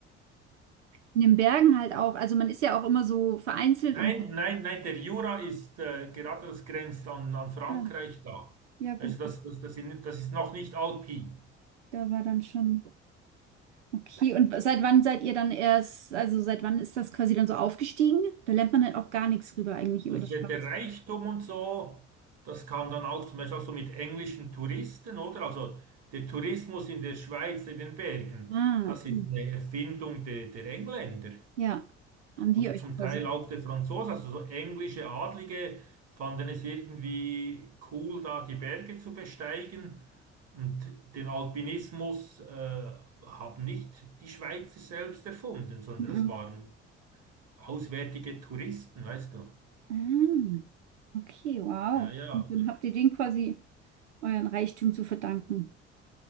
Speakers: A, on the right; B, on the right.
A: In den Bergen halt auch. Also man ist ja auch immer so vereinzelt
B: Nein,
A: und
B: nein, nein, der Jura ist äh, gerade das grenzt an, an Frankreich
A: ah,
B: da.
A: ja gut,
B: Also das,
A: das,
B: das, das, sind- das ist noch nicht alpin.
A: da war dann schon okay. Und seit wann seid ihr dann erst, also seit wann ist das quasi dann so aufgestiegen? Da lernt man halt auch gar nichts rüber eigentlich über
B: Also
A: die
B: der,
A: Schweiz.
B: der Reichtum und so, das kam dann auch zum Beispiel auch so mit englischen Touristen, oder? Also der Tourismus in der Schweiz, in den Bergen,
A: Ah,
B: das
A: okay.
B: ist eine Erfindung der, der Engländer.
A: Ja, haben die
B: oder
A: euch
B: zum
A: quasi.
B: Teil auch der Franzose, also so englische Adlige, fanden es irgendwie cool, da die Berge zu besteigen. Und den Alpinismus äh, haben nicht die Schweizer selbst erfunden, sondern
A: Mhm.
B: das waren auswärtige Touristen, weißt du?
A: Ah, okay, wow.
B: Ja, ja.
A: Und dann habt ihr den quasi euren Reichtum zu verdanken.